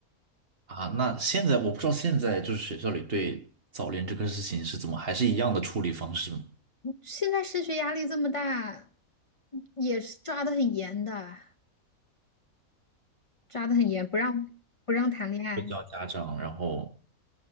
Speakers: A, on the right (about 40°); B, on the left (about 35°).
A: 啊。那现在我不知道现在就是学校里对早恋这个事情是怎么还是一样的处理方式吗？
B: 现在升学压力这么大，也是抓的很严的，抓的很严，不让不让谈恋爱，
A: 会叫家长，然后